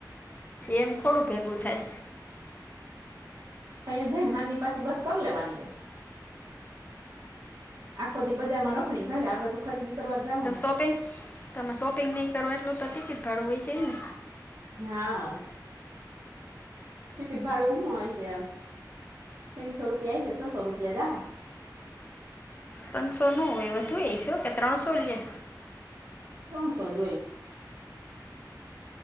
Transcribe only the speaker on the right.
થયા જાય ને હાનની પાસે બસ કર લેવાની હોય આખોધી બજાર માં રખડી ભાગે આપડે તો ખરીદી કરવા જાવું
હા. ચિકટ ભાડું હુ હોય છે, તીનસો રૂપિયા આય છે છસો રૂપિયા જાહે
ત્રણસો જોયે